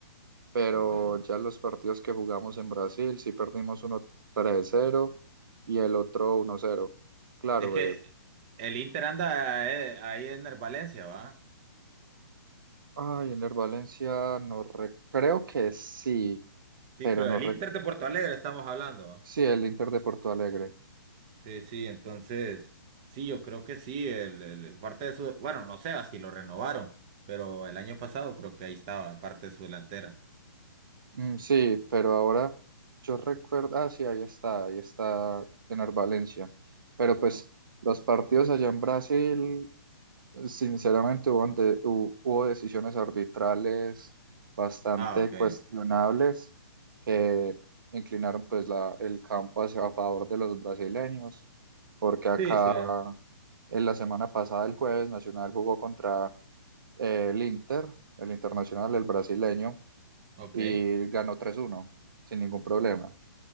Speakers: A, on the right; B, on the right.
A: pero
B: Ok.
A: ya los partidos que jugamos en Brasil sí perdimos uno tres cero y el otro uno cero. Claro,
B: Es que
A: eh,
B: el Inter anda eh, ahí en el Valencia, ¿va?
A: ay, en el Valencia no re- creo que sí,
B: Sí,
A: pero
B: creo,
A: no
B: el
A: re-
B: Inter de Porto Alegre estamos hablando,
A: sí, el Inter de Porto Alegre.
B: Sí, sí, entonces, sí, yo creo que sí, el, el- parte de su, bueno, no sé si lo renovaron, pero el año pasado creo que ahí estaba, parte de su delantera.
A: Mm, sí, pero ahora yo recuerdo, ah, sí, ahí está, ahí está en Valencia. Pero pues los partidos allá en Brasil, sinceramente hubo, de- hu- hubo decisiones arbitrales bastante
B: Ah, ok.
A: cuestionables que inclinaron pues la, el campo hacia a favor de los brasileños, porque
B: Sí,
A: acá
B: sí,
A: en la semana pasada, el jueves, Nacional jugó contra eh, el Inter, el Internacional, el brasileño
B: ok,
A: y ganó tres uno sin ningún problema.